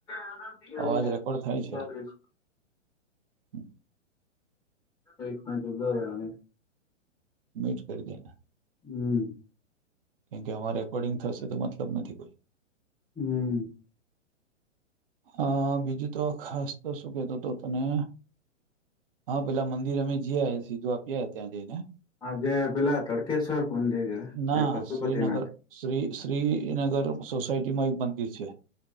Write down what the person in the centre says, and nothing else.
મીટંગ
ચાલ.
એક મિનટ ઉભો રહવાને.
હમ!
હમ!
આજે પેલા તડકેશ્વર મંદિર ગયા
એ પશુપતિનાથ